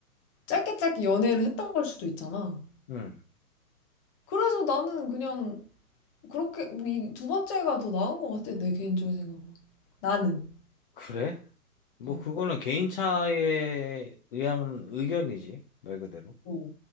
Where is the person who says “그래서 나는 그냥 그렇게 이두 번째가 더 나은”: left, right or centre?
Left